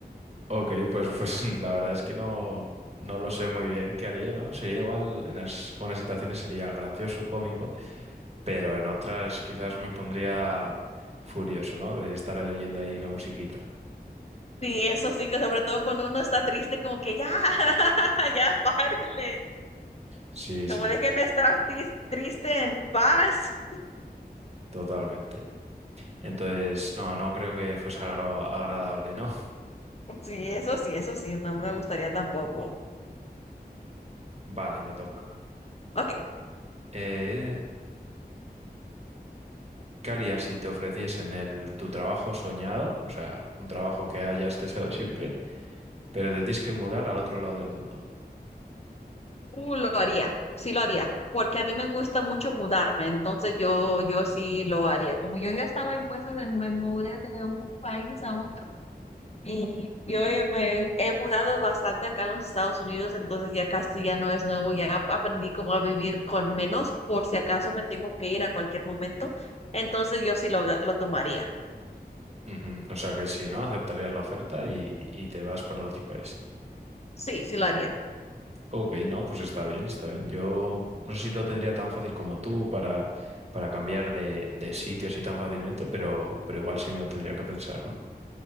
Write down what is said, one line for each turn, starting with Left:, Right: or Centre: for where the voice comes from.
Right: Ok, pues, pues <laughs> la verdad es que no, no lo sé muy bien qué haría, ¿no? Sería igual, en las- algunas situaciones sería gracioso, cómico, pero en otras quizás me pondría furioso, ¿no? De estar oyendo ahí la musiquita.
Left: Sí, eso sí, que sobre todo cuando uno está triste, como que ya, <laughs> ya, párenle,
Right: Sí, sí,
Left: como déjenme estar tis- triste en paz.
Right: totalmente. Entonces, no, no creo que fuese agra- agradable, ¿no?
Left: Sí, eso sí, eso sí, no me gustaría tampoco.
Right: <laughs> Vale, me toca.
Left: Ok.
Right: Eh, ¿qué harías si te ofreciesen el, tu trabajo soñado? O sea, un trabajo que hayas deseado siempre, pero te tienes que mudar al otro lado del mundo.
Left: Uh, lo haría, sí lo haría, porque a mí me gusta mucho mudarme, entonces yo, yo sí lo haría. Como yo ya estaba en puestos de me mudé de un país a otro y yo he- me he mudado bastante acá en los Estados Unidos, entonces ya casi ya no es nuevo, ya ap- aprendí cómo a vivir con menos por si acaso me tengo que ir a cualquier momento, entonces yo sí lo, lo tomaría,
Right: Ujú, O sea que sí, ¿no? Aceptarías la oferta y, y te vas para el otro país.
Left: sí, sí lo haría.
Right: Ok, no, pues está bien, está bien. Yo no sé si lo tendría tan fácil como tú para, para cambiar de, de sitio así tan fácilmente, pero, pero igual sí me lo tendría que pensar, ¿no?